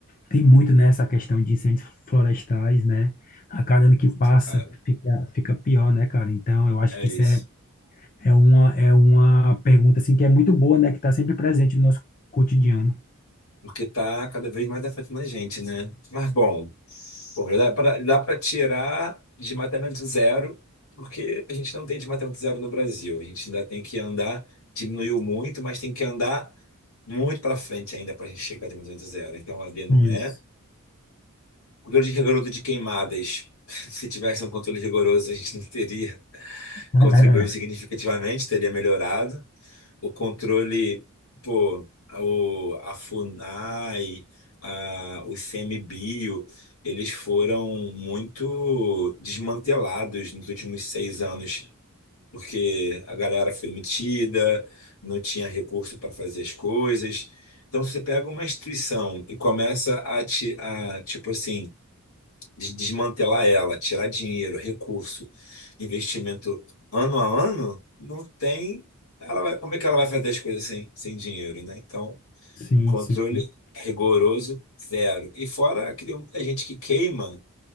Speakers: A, on the left (about 40°); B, on the left (about 75°).
A: tem muito nessa questão de incêndios florestais, né? A cada ano que
B: muito
A: passa
B: caro.
A: fica, fica pior, né, cara? Então, eu acho
B: É
A: que
B: isso.
A: isso é, é uma, é uma pergunta, assim, que é muito boa, né, que está sempre presente no nosso cotidiano.
B: porque tá cada vez mais afetando a gente, né? Mas bom, pô, dá pra, dá pra tirar desmatamento zero, porque a gente não tem desmatamento zero no Brasil. A gente ainda tem que andar, diminuiu muito, mas tem que andar muito para frente ainda para a gente chegar a desmatamento zero. Então a D não
A: Isso.
B: é. Controle rigoroso de queimadas. <laughs> Se tivesse um controle rigoroso, a gente não teria <laughs>
A: <laughs>
B: contribuído significativamente, teria melhorado o controle, pô, o, a FUNAI, a, o ICMBio, eles foram muito desmantelados nos últimos seis anos, porque a galera foi metida, não tinha recurso para fazer as coisas. Então, se você pega uma instituição e começa a, ti- a tipo assim, des- desmantelar ela, tirar dinheiro, recurso, investimento ano a ano, não tem. Ela vai, como é que ela vai fazer as coisas sem, sem dinheiro, né? Então,
A: É, sim,
B: controle
A: sim.
B: rigoroso, zero. E fora que tem muita gente que queima